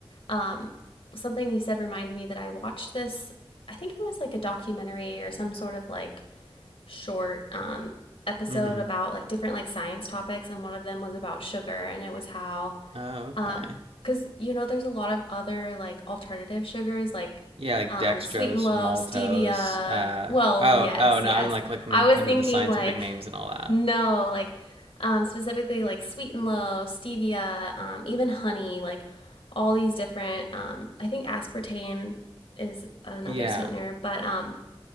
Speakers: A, on the left (about 75°); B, on the right (about 80°).
A: um something you said reminded me that I watched this I think it was like a documentary or some sort of like short um, episode
B: Mm-hmm.
A: about like different like science topics, and one of them was about sugar, and it was how
B: Oh, okay.
A: um, because you know there's a lot of other like alternative sugars like
B: Yeah, like
A: um,
B: dextrose,
A: sweet and low,
B: maltose.
A: stevia.
B: Uh,
A: Well,
B: oh,
A: yes,
B: oh, no,
A: yes.
B: I'm like looking
A: I was
B: into
A: thinking
B: the scientific
A: like
B: names and all that.
A: no, like um, specifically like sweet and low, stevia, um, even honey, like all these different. Um, I think aspartame is another
B: Yeah.
A: sweetener, but um,